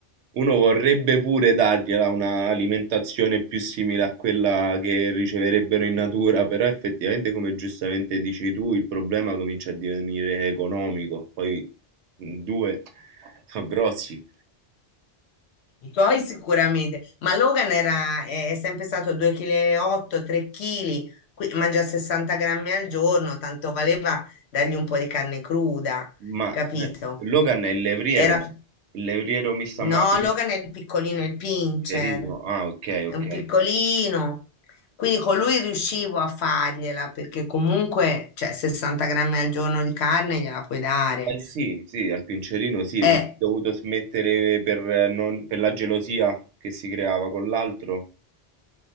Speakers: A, on the right (about 85°); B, on the left (about 75°).
A: Uno vorrebbe pure dargliela una alimentazione più simile a quella che riceverebbero in natura, però effettivamente, come giustamente dici tu, il problema comincia a divenire economico. Poi in due sono grossi.
B: I tuoi sicuramente, ma Logan era, è sempre stato 2,8 kg, 3 kg, mangia 60 grammi al giorno, tanto valeva dargli un po' di carne cruda,
A: Ma
B: capito?
A: eh, Logan è il levriero,
B: Era più
A: il levriero mi sta
B: No,
A: male.
B: Logan è il piccolino, è il pincher,
A: Cerino, ah, ok,
B: è
A: ok.
B: un piccolino. Quindi con lui riuscivo a fargliela perché comunque, cioè, 60 grammi al giorno di carne gliela puoi dare.
A: Eh sì, sì, al Pincerino sì,
B: Eh,
A: ma ho dovuto smettere per, eh, non- per la gelosia che si creava con l'altro.